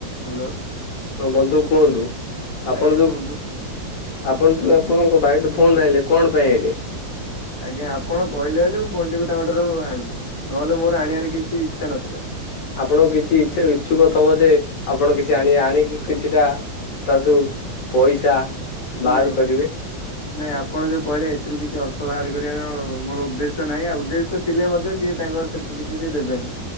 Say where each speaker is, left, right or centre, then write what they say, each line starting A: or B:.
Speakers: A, on the left; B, on the left.
A: ହ୍ୟାଲୋ
B: ହଁ ବନ୍ଧୁ କୁହନ୍ତୁ ଆପଣ
A: ଆଜ୍ଞା
B: ଯୋଉଁ
A: କୁହନ୍ତୁ
B: ଆପଣ ଯେଉଁ ଆପଣଙ୍କ ଭାଇଠୁ ଫୋନ୍ ଆଣଲେ କଣ ପାଇଁ
A: ଆଜ୍ଞା ଆପଣ କହିଲେ ବୋଲି ମୁଁ ଫୋନ୍ କୁ ତାଙ୍କ ଠାରୁ ଆଣିଲି ନହେଲେ ମୋର ଆଣିବାର କିଛି ଇଚ୍ଛା ନଥିଲା।
B: ଆପଣଙ୍କ କିଛି ଇଛା ଇଚ୍ଛୁକ ଥବ ଯେ ଆପଣ କିଛି କିଛି ଆଣି ଆଣିକି କିଛିଟା ତା ଧରୁ ପଇସା ବାହାର
A: ନାଇଁ।
B: କରିବେ
A: ନାଇଁ ଆପଣ ଯୋଉ କହିଲେ ଏଥିରୁ କିଛି ଅର୍ଥ ବାହାର କରିବାର ମୋର ଉଦ୍ଦେଶ୍ୟ ନାହିଁ ଆଉ ଉଦ୍ଦେଶ୍ୟ ସେ ଥିଲେ ମଧ୍ୟ ସିଏ ତାଙ୍କର ସେଥିରୁ କିଛି ଦେବେନି